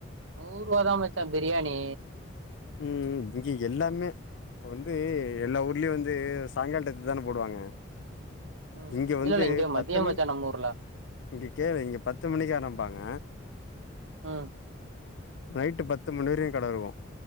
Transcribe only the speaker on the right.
நூறு ரூவா தா மச்சா பிரியாணி
ம்
இல்ல
இல்ல இங்க மதிய
மச்சா நம்ம ஊர்ல
ம்